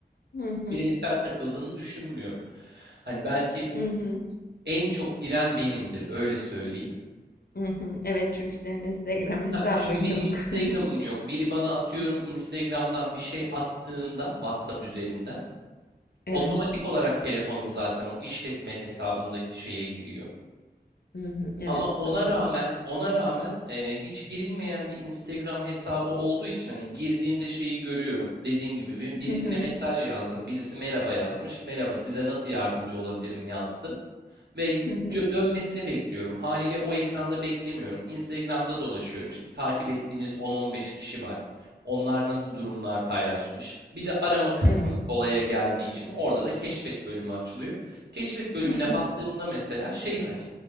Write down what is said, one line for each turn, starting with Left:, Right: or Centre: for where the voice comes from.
Left: Hı hı.
Right: bireysel takıldığını düşünmüyorum. Hani belki
Left: Hı hı.
Right: en çok giren benimdir öyle söyleyeyim.
Left: Hı hı. Evet çünkü senin Instagram hesabın
Right: Ha, Çünkü
Left: yok.
Right: benim Instagram'ım
Left: <laughs>
Right: yok. Biri bana atıyorum Instagram'dan bir şey attığında WhatsApp üzerinden
Left: Evet.
Right: otomatik olarak telefonum zaten o işletme hesabındaki şeye giriyor.
Left: Hı hı. Evet
Right: Ama ona
Left: doğru.
Right: rağmen ona rağmen e, hiç girilmeyen bir Instagram hesabı olduğu için hani girdiğimde şeyi görüyorum. Dediğim gibi bir- birisine
Left: Hı hı.
Right: mesaj yazdım. Birisi merhaba yazmış. Merhaba size nasıl yardımcı olabilirim yazdım. Ve
Left: Hı hı.
Right: cö- dönmesini bekliyorum. Haliyle o ekranda beklemiyorum. Instagram'da dolaşıyorum. işte. takip ettiğimiz 10-15 kişi var. Onlar nasıl durumlar paylaşmış. Bir de arama kısmı
Left: Evet.
Right: olaya geldiği için orada da keşfet bölümü açılıyor. Keşfet bölümüne
Left: Hı hı.
Right: baktığımda mesela şey hani